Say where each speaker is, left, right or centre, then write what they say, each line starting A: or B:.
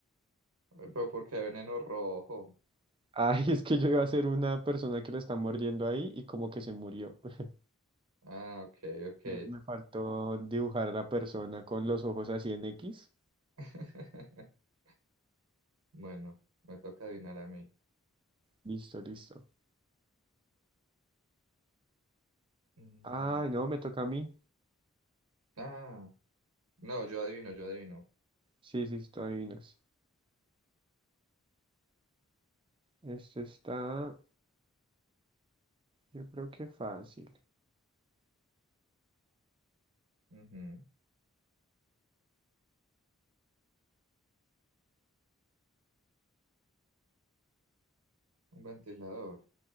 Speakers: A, on the right; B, on the right.
A: Ay, Pero ¿por qué veneno rojo?
B: <laughs> Ay, es que yo iba a ser una persona que lo está mordiendo ahí y como que se murió. <laughs>
A: Ah, ok, ok.
B: Me, me faltó dibujar a la persona con los ojos así en X.
A: <laughs> Bueno, me toca adivinar a mí.
B: Listo, listo.
A: Mm,
B: Ay, no, me toca a mí.
A: Ah, no, yo adivino, yo adivino.
B: Sí, sí, tú adivinas. Este está, yo creo que fácil.
A: Ujú, Un ventilador,